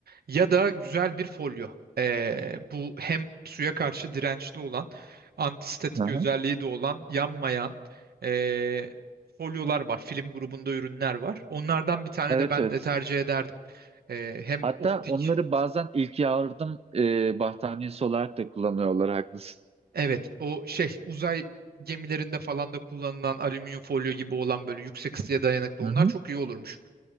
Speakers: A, on the right (about 85°); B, on the right (about 40°).
A: ya da güzel bir folyo. E, bu hem suya karşı dirençli olan, antistatik
B: Aha.
A: özelliği de olan, yanmayan e, folyolar var. Film grubunda ürünler var. Onlardan bir tane
B: Evet
A: de ben
B: evet.
A: de tercih ederdim. E, hem
B: Hatta
A: optik,
B: onları bazen ilk yardım e, battaniyesi olarak da kullanıyorlar haklısın.
A: evet o şey uzay gemilerinde falan da kullanılan alüminyum folyo gibi olan böyle yüksek ısıya dayanıklı
B: Hı
A: onlar
B: hı.
A: çok iyi olurmuş.